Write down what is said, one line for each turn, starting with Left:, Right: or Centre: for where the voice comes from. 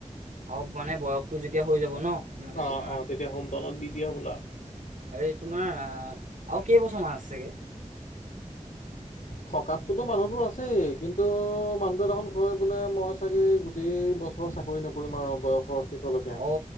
Right: অলপ মানে বয়সতটো যেতিয়া হৈ যাব ন মানে
Left: অ
Right: তোমাৰ
Left: অ তেতিয়া হোম টাউনত দি দিয়ে হ'বলা
Right: এই তোমাৰ আহ আৰু কেইবছৰমান আছেগে
Left: থকাতটোতো মানুহটোৰ আছেই কিন্তু মানুহটোৱে দেখোন কয় বোলে মই চাগে গোটেই বছ চাকৰি নকৰিম আৰু বয়সৰ শেষলৈকে।
Right: অ